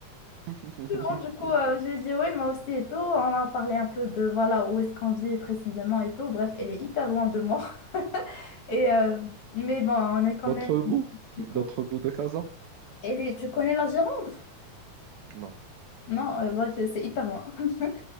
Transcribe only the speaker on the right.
<laughs>
L'autre
bout.
L'autre bout de Casa.
Non.